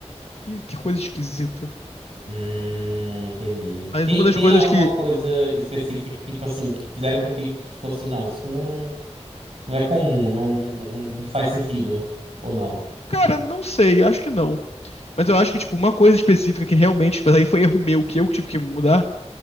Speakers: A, on the left (about 60°); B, on the right (about 60°).
A: que, que coisa esquisita.
B: Hum, entendi.
A: Mas
B: Tem,
A: uma das
B: tem
A: coisas
B: alguma
A: que,
B: coisa específica que, tipo assim, que fizeram contigo que tu ficou assim, não, isso aqui não, não é comum, não, não, não faz sentido. Ou não?
A: cara, não sei, acho que não. Mas eu acho que, tipo, uma coisa específica que realmente, mas aí foi erro meu, que eu que tive que mudar,